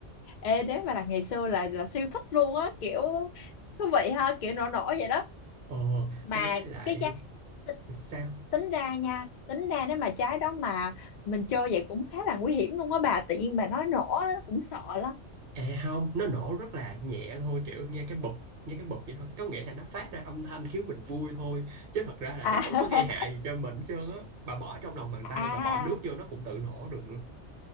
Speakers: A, on the left; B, on the right.
A: ê nếu mà là ngày xưa là là siêu thích luôn á kiểu thú vị ha kiểu nổ nổ vậy đó
B: ờ
A: mà
B: ê với lại
A: cái trái t-
B: sao
A: tính ra nha tính ra nếu mà trái đó mà mình chơi vậy cũng khá là nguy hiểm luôn á bà tự nhiên bà nói nổ á, cũng sợ lắm
B: À không, nó nổ rất là nhẹ thôi, kiểu nghe cái bụp, nghe cái bụp vậy thôi. Có nghĩa là nó phát ra âm thanh khiến mình vui thôi. Chứ thật ra là
A: à
B: nó không có gây hại
A: <laughs>
B: gì cho mình hết trơn á. Bà bỏ trong lòng bàn tay,
A: à
B: bà bỏ nước vô nó cũng tự nổ được nữa.